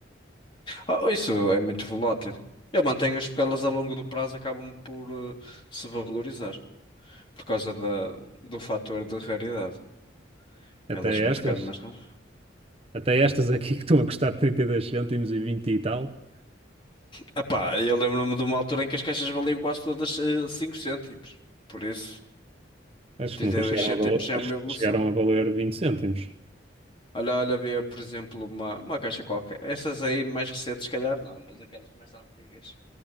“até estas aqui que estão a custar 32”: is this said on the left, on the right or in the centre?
Right